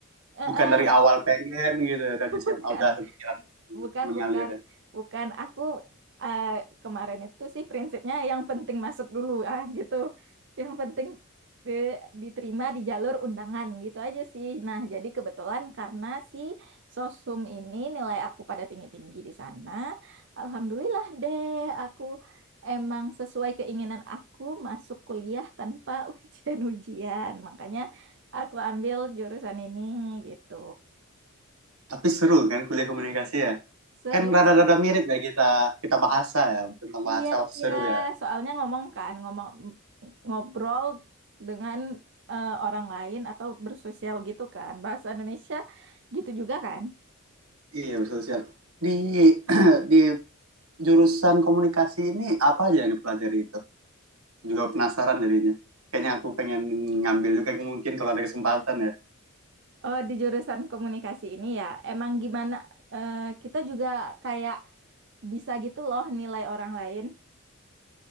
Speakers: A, on the right (about 55°); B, on the right (about 85°).
A: Eh,
B: bukan
A: eh,
B: dari awal pengen gitu ya
A: <laughs>
B: tadi SMA
A: bukan.
B: udah kepikiran
A: Bukan,
B: mengalir
A: bukan,
B: ya.
A: bukan. Aku eh, kemarin itu sih prinsipnya yang penting masuk dulu ah gitu. Yang penting di- diterima di jalur undangan gitu aja sih. Nah, jadi kebetulan karena si sosum ini nilai aku pada tinggi-tinggi di sana. Alhamdulillah deh, aku emang sesuai keinginan aku masuk kuliah tanpa <laughs> ujian-ujian. Makanya aku ambil jurusan ini gitu.
B: Tapi seru kan kuliah komunikasi ya.
A: Seru,
B: Kan rada-rada
A: seru.
B: mirip ya kita kita bahasa ya tentang
A: Iya,
B: bahasa pasti
A: iya.
B: seru ya.
A: Soalnya ngomong kan, ngomong ngobrol dengan eh, orang lain atau bersosial gitu kan. Bahasa Indonesia gitu juga kan.
B: Iya bersosial. Di <clears throat> di jurusan komunikasi ini apa aja yang dipelajari itu? Juga penasaran jadinya. Kayaknya aku pengen ngambil juga mungkin kalau ada kesempatan ya.
A: Oh, di jurusan komunikasi ini ya, emang gimana eh, kita juga kayak bisa gitu loh nilai orang lain.